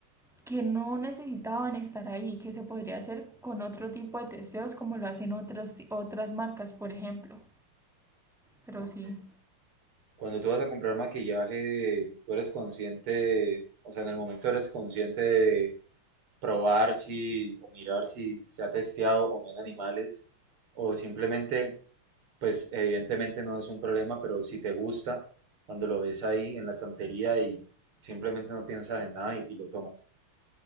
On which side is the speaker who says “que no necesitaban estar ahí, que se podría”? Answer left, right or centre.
Centre